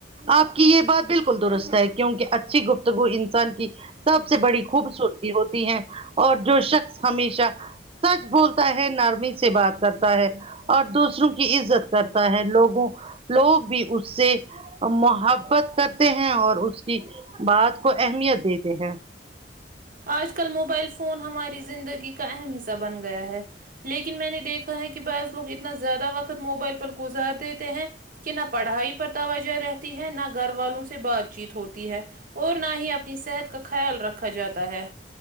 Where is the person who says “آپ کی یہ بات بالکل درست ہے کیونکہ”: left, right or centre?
Right